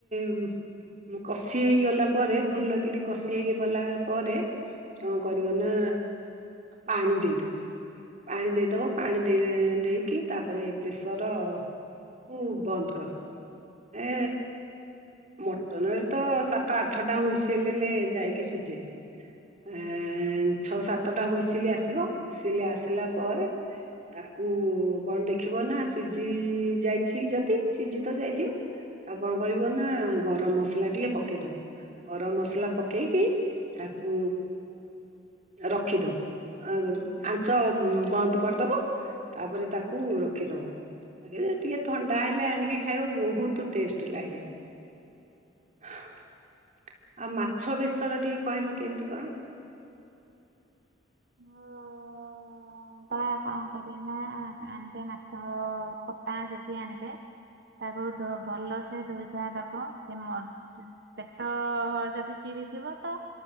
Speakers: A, on the right; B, on the right.
A: ଉଁ, ମୁ କଷି ହେଇଗଲା ପରେ ଭଲକିରି କଷି ହେଇକି ବଲା ପରେ କଣ କରିବ ନା ପାଣି ଦେଇଦବ, ପାଣି ଦେଇଦବ ପାଣି ଦେଇ ଦେଇକି ତାପରେ ପ୍ରେସର କୁ ବନ୍ଦ କରିଦବ। ଏ ମଟନ୍ ରେ ତ ସାତ ଆଠଟା ହୁଇସିଲି ହେଲେ ଯାଇକି ସିଜେ। ଏଁ, ଛଅ ସାତଟା ହୁଇସିଲି ଆସିବ, ହୁଇସିଲି ଆସିଲା ପରେ ତାକୁ କଣ ଦେଖିବ ନା ସିଜିି ଯାଇଛି ଯଦି ସିଜି ତ ଯାଇଥିବ। ତାକୁ କଣ କରିବ ନା ଗରମ ମସଲା ଟିକେ ପକେଇଦବ। ଗରମ ମସଲା ପକେଇକି ତାକୁ ରଖିଦବ ଆ, ଆଞ୍ଚ ଉଁ, ବନ୍ଦ କରିଦବ। ତାପରେ ତାକୁ ରଖିଦବ। ରଖିଦେ, ଟିକେ ଥଣ୍ଡା ହେଲେ ଆଣିକି ଖାଇବ ବହୁତ ଟେଷ୍ଟ ଲାଗେ। ହଁ। ଆଉ ମାଛ ବେଶର ଟିକେ କହିଲ କେମିତି କଣ?
B: ହୁଁ ଓ ତ କଣ କରିବେ ନା ଆଣିବେ ମାଛ ଖଟା ଯଦି ଆଣିବେ? ତାକୁ ଭ ଭଲସେ ଧୋଇ ଧୁଆ ଦବ। ସେ ମ ପେଟ ଯଦି ଚି ହେଇଥିବ ତ